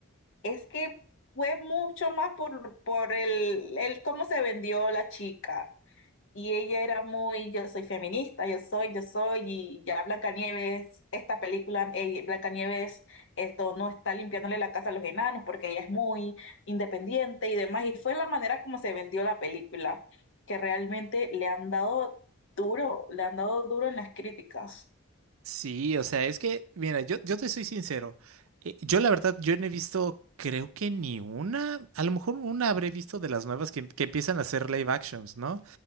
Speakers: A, on the left; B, on the right.
A: Es que fue mucho más por, por el, el cómo se vendió la chica. Y ella era muy, yo soy feminista, yo soy, yo soy, y ya Blancanieves, esta película, eh, Blancanieves, esto no está limpiándole la casa a los enanos porque ella es muy independiente y demás. Y fue la manera como se vendió la película, que realmente le han dado duro, le han dado duro en las críticas.
B: Sí, o sea, es que, mira, yo, yo te soy sincero. eh, yo la verdad, yo no he visto, creo que ni una, a lo mejor una habré visto de las nuevas que, que empiezan a hacer live actions, ¿no?